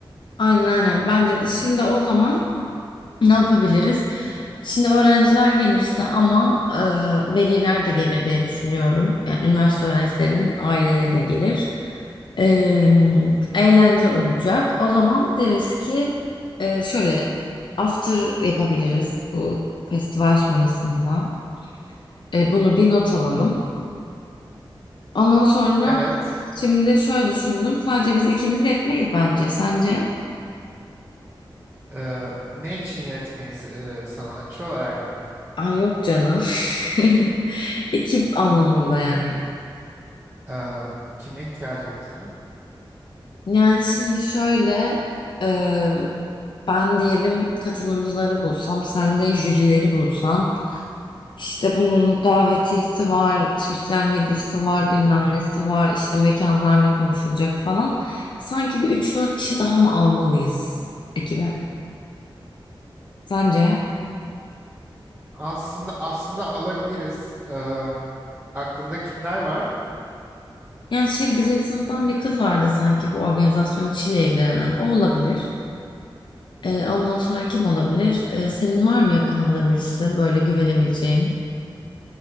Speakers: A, on the left (about 60°); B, on the right (about 20°).
A: Aynen aynen. Bence de. Şimdi o zaman Ne yapabiliriz? Şimdi öğrenciler gelirse ama e, veliler de gelir diye düşünüyorum. Yani üniversite öğrencilerinin aileleri de gelir. E, eğlence olacak. O zaman deriz ki e, şöyle after yapabiliriz bu festival sonrasında. E, bunu bir not alalım. Ondan sonra
B: Evet.
A: şimdi şöyle düşündüm. Sadece biz ikimiz yetmeyiz bence. Sence?
B: e, ne için yetmeyiz e, sanatçı olarak mı?
A: Ay yok canım. <laughs> Ekip anlamında yani.
B: E, kime ihtiyacımız var?
A: Yani şimdi şöyle e, ben diyelim katılımcıları bulsam, sen de jürileri bulsan, işte bunun davetiyesi var, sosyal medyası var, bilmem nesi var, işte mekanlarla konuşulacak falan. Sanki bir üç dört kişi daha mı almalıyız ekibe? Sence?
B: Aslında aslında alabiliriz. Eee, aklında kimler var?
A: Yani şey bizim sınıftan bir kız vardı sanki bu organizasyon işiyle ilgilenen. O olabilir. E, ondan sonra kim olabilir? E, senin var mı yakınında birisi böyle güvenebileceğin?